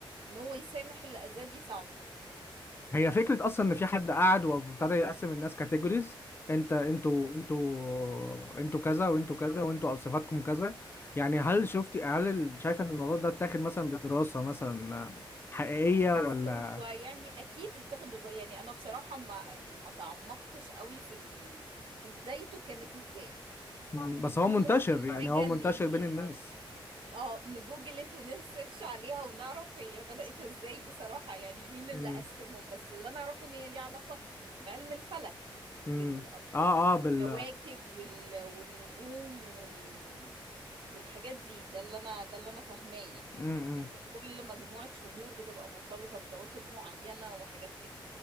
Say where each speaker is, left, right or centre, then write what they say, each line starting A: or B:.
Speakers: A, on the right; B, on the left.
A: ان هو يسامح اللي اذاه دي صعبة
B: هي فكرة أصلا إن في حد قعد وابتدى يقسم الناس كاتيجوريز أنت أنتوا أنتوا أنتوا كذا وأنتوا كذا وأنتوا صفاتكم كذا يعني هل شفتي هل ال- شايفة إن الموضوع ده اتاخد مثلا بدراسة مثلا حقيقية
A: بص
B: ولا
A: هو يعني اكيد اتخذ الرأي يعني انا بصراحة ما ما تعمقتش قوي في ال... في بدايته كانت ازاي
B: مم. بس
A: دي
B: هو منتشر
A: ممكن
B: يعني
A: حاجة
B: هو
A: يعني
B: منتشر بين الناس
A: اه نجوجلت ونسيرش عليها ونعرف هي بدأت ازاي بصراحة يعني مين اللي
B: امم
A: قسمهم بس اللي انا اعرفه ان هي ليها علاقة بعلم الفلك بال...
B: امم
A: بالكواكب
B: اه اه بال
A: وال... والنجوم وال... والحاجات دي ده اللي انا ده اللي انا فاهماه يعني
B: امم
A: ان كل مجموعة شهور بتبقى مرتبطة بكواكب معينة وحاجات كده